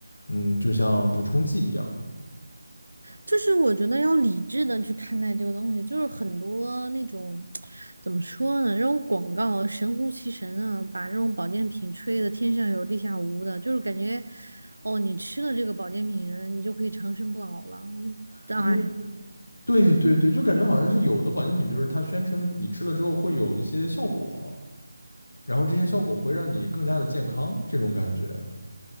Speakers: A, on the left; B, on the right.
A: 嗯，就像补充剂一样。
B: 就是我觉得要理智的去看待这个东西，就是很多那种怎么说呢，这种广告神乎其神啊，把这种保健品吹的天上有地下无的，就是感觉哦，你吃了这个保健品，你就可以长生不老了，哎，
A: 嗯，对对对，就感觉好像是有的保健品就是它宣称你吃了之后会有一些效果，然后这些效果会让你更加的健康这种感觉。